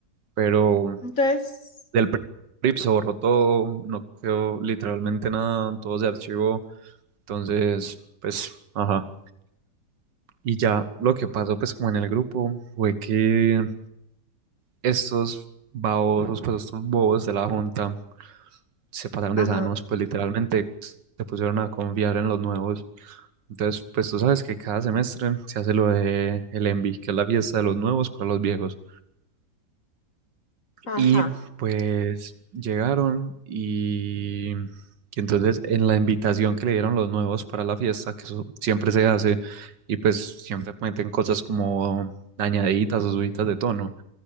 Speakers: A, on the right (about 80°); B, on the left (about 45°).
A: Pero
B: Entonces,
A: del PRIP se borró todo, no quedó literalmente nada, todo se archivó, entonces, pues, ajá. Y ya lo que pasó, pues, como en el grupo, fue que estos babosos, pues, estos bobos de la junta. se pasaron
B: ajá,
A: de sanos, pues literalmente se pusieron a confiar en los nuevos. Entonces, pues tú sabes que cada semestre se hace lo de el ENVI, que es la fiesta de los nuevos para los viejos.
B: ajá.
A: Y pues llegaron y, y entonces en la invitación que le dieron los nuevos para la fiesta, que eso siempre se hace, y pues siempre meten cosas como dañaditas o subidas de tono.